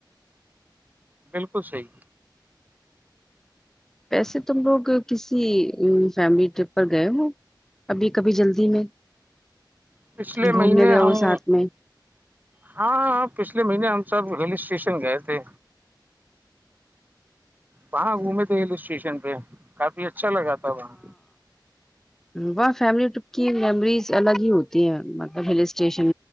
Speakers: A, on the right (about 20°); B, in the centre.
A: بالکل صحیح
B: ویسے تم لوگ کسی فیملی ٹرپ پر گئے ہو ابھی کبھی جلدی میں
A: پچھلے
B: گھومنے
A: مہینے
B: گئے ہو
A: ہاں
B: ساتھ میں
A: ہاں پچھے مہینے ہم سے ہل اسٹیشن گیے تھے وہاں گھومے تھے ہل اسٹیشن پہ کافی اچھا لگا تھا وہاں
B: واہ فیملی ٹرپ کی میموریز الگ ہی ہوتی ہیں مطلب ہل اسٹیشن